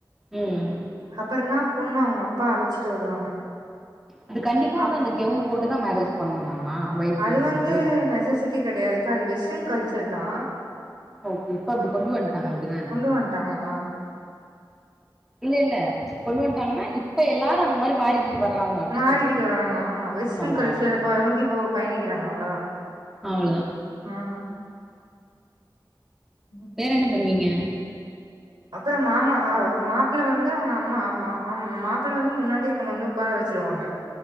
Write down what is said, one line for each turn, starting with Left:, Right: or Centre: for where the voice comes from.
Centre: ம்
Right: அப்பறோனா பொண்ண அவுங்க அப்பா அழச்சிட்டு வருவாங்க
Centre: அது கண்டிப்பா வந்து
Right: அப்ப
Centre: அந்த கெவுன் போட்டுதா மேரேஜ் பண்ணணுமாமா ஒயிட்
Right: அது
Centre: கெவுன்
Right: வந்து
Centre: போட்டு
Right: நெசசிட்டி கெடையாதுக்கா அது வெஸ்டன் கல்ச்சர் தா
Centre: ஓ இப்ப அப்டி கொண்டு வந்ட்டாங்க அப்டிதான
Right: கொண்டு வந்ட்டாங்க ஆ
Centre: இல்ல இல்ல கொண்டு வந்ட்டாங்கனா இப்ப எல்லாரு அந்த மாதிரி மாறிக்கிட் டு வர்றாங்க அப்டி
Right: மாறிகிட்டு
Centre: சொல்றே
Right: வராங்க ஆமா வெஸ்டர்ன்
Centre: ஆமா
Right: கல்ச்சரப்
Centre: ஆமா
Right: பா நோக்கி போ பயணிக்கிறாங்க அவ்ளோதா
Centre: அவ்ளோதா
Right: ஆஹ் ம் ஹும்
Centre: வேற என்ன பண்ணுவீங்க
Right: அப்பறோ மாமா அ அப்ப மாப்பிள்ள வந்து அவுங்க அம்மா அம்மா ஆ மாப்பிள்ள வந்து முன்னாடியே கொண்டு வந்து உட்கார வச்சிருவாங்க